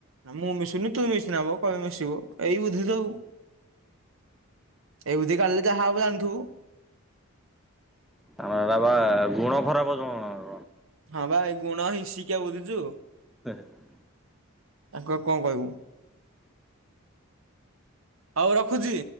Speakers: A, on the right (about 70°); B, in the centre.
A: ନାଁ ମୁଁ ମିଶୁନି ତୁ ମିଶିନା ବ କଣ ପାଇଁ ମିଶିବ ଏଇ ବୁଦ୍ଧି ସବୁ। ଏଇ ବୁଦ୍ଧି କାଢ଼ିଲେ ଯାହା ହବ ଜାଣିଥବୁ।
B: ଆମର <unintelligible> ଗୁଣ ଖରାପ ଜଣ ଜଣଙ୍କର।
A: ହଁ ବା ଏ ଗୁଣ ହିନ୍ସିକା ବୁଝୁଚୁ।
B: <unintelligible>
A: ତାଙ୍କୁ ଆଉ କଣ କହିବୁ। ହଉ ରଖୁଚି।